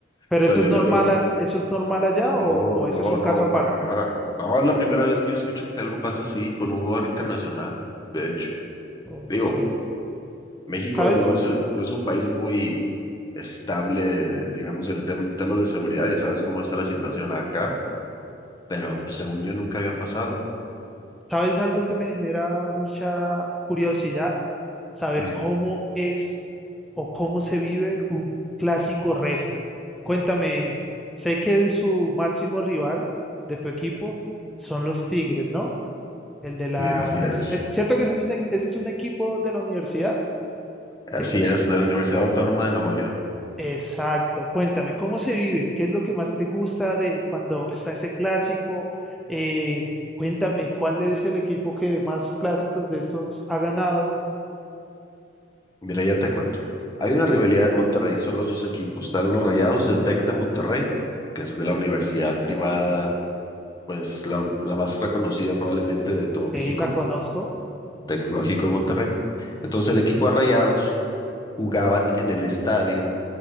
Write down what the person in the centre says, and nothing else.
Pero
eso es normal,
a- eso es normal allá
o, o eso
es un
caso aparte.
Ok.
¿Sabes?
¿Sabes algo que me genera mucha curiosidad? Saber
cómo es o cómo se vive un clásico regio. Cuéntame, sé que su máximo rival de tu equipo son los Tigres, ¿no? El de la...
¿Es, es cierto que ese es un, e- ese es un equipo de la universidad?
Sí, es.
Exacto, cuéntame, ¿cómo se vive? ¿Qué es lo que más te gusta de cuando está ese clásico? Eh, cuéntame, ¿cuál es el equipo que más clásicos de estos ha ganado?
Sí, la conozco.